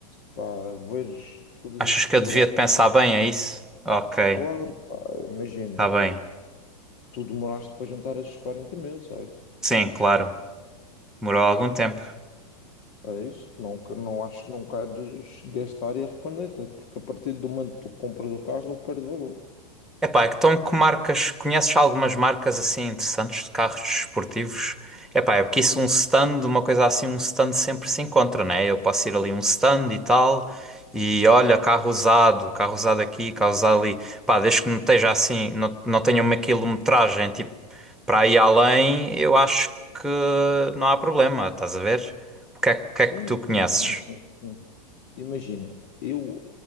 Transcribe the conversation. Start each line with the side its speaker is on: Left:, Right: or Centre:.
Left: pá, veres todas
Centre: Achas
Left: as possibilidades.
Centre: que eu devia de pensar bem, é isso? Ok,
Left: Claro, pá, imagina,
Centre: está bem.
Left: tu demoraste para juntar esses quarenta mil, certo?
Centre: Sim, claro. Demorou algum tempo.
Left: É isto, não, que- não acho que não queres gastar e arrepender-te, é porque a partir do momento que tu compras o carro, ele perde valor.
Centre: Epá, então que marcas, conheces algumas marcas assim interessantes de carros desportivos? Epá, é porque isso um stand, uma coisa assim, um stand sempre se encontra, né? Eu posso ir ali um stand e tal, e olha, carro usado, carro usado aqui, carro usado ali. Pá, desde que não esteja assim, não, não tenha uma quilometragem, tipo, para ir além, eu acho que não há problema, estás a ver? O que é, o
Left: Sim,
Centre: que é que tu conheces?
Left: sim, sim, sim, sim. Imagina, eu